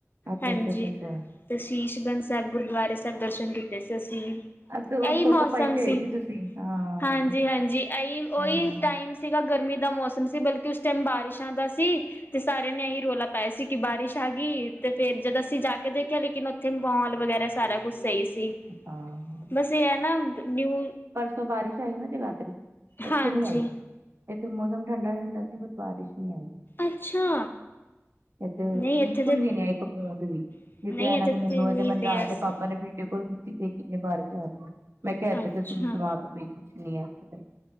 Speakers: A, on the right (about 55°); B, on the left (about 40°).
A: ਅੱਛਾ
B: ਹਾਂਜੀ।
A: ਅੱਛਾ ਅੱਛਾ ਅੱਛਾ
B: ਤੇ ਸ਼ੀਸ਼ਗੰਜ ਸਾਹਿਬ ਗੁਰਦੁਆਰੇ ਸਾਹਿਬ ਦਰਸ਼ਨ ਕੀਤੇ ਸੀ ਅਸੀਂ ਵੀ
A: ਅੱਧ
B: ਇਹੀ
A: ਫੋਟੋ
B: ਮੌਸਮ
A: ਪਾਈ ਤੇ
B: ਸੀ।
A: ਹੋਈ ਤੁਸੀਂ ਹਾਂ
B: ਹਾਂਜੀ ਹਾਂਜੀ, ਏਈ, ਉਹੀ
A: ਹਾਂ
B: ਟਾਈਮ ਸੀ ਗਾ ਗਰਮੀ ਦਾ ਮੌਸਮ ਸੀ, ਬਲਕਿ ਉਸ ਟਾਈਮ ਬਾਰਿਸ਼ਾਂ ਦਾ ਸੀ। ਤੇ ਸਾਰਿਆਂ ਨੇ ਇਹੀ ਰੌਲਾ ਪਾਇਆ ਸੀ ਕਿ ਬਾਰਿਸ਼ ਆ ਗਈ ਤੇ ਫੇਰ ਜਦ ਅਸੀਂ ਜਾ ਕੇ ਦੇਖਿਆ ਲੇਕਿਨ ਇੱਥੇ ਮੋਲ ਵਗੈਰਾ ਸਾਰਾ ਕੁਛ ਸਹੀ ਸੀ
A: ਹਾਂ,
B: ਬਸ ਇਹ ਹੈ ਨਾ ਨਿਊ
A: ਉਹ ਬਾਰਿਸ਼ ਆਈ ਨਾ ਜਗਾਧਰੀ, ਇੱਥੇ
B: ਹਾਂਜੀ
A: ਨੀ ਆਈ। ਇੱਥੇ ਮੌਸਮ ਠੰਡਾ ਠੰਡਾ ਸੀ ਪਰ ਬਾਰਿਸ਼ ਨ ਆਈ।
B: ਅੱਛਾ
A: ਇੱਥੇ
B: ਨਹੀਂ
A: ਬਿਲਕੁਲ
B: ਇੱਥੇ ਤੇ
A: ਵੀ ਨੀ ਆਈ ਇੱਕ ਬੂੰਦ ਵੀ
B: ਨਹੀਂ
A: ਜਿੱਥੇ ਇਹਨਾਂ
B: ਇੱਥੇ
A: ਨੇ ਮੈਨੂੰ
B: ਤੇ ਮੀਂਹ
A: ਇਹ ਮੈਨੂੰ
B: ਪਿਆ
A: ਰਾਜ ਦੇ
B: ਸੀ
A: ਪਾਪਾ ਨੇ ਵੀ। ਬਿਲਕੁਲ ਦਿੱਤੀ ਤੇ ਕਿੰਨੇ ਬਾਰੇ ਜਾ ਰਹੀ ਹੈ ਮੈਂ ਕਿਹਾ ਇਥ
B: ਅੱਛਾ
A: ਕੋਈ ਜੁਵਾਕ ਵੀਨੀ ਇਥੇ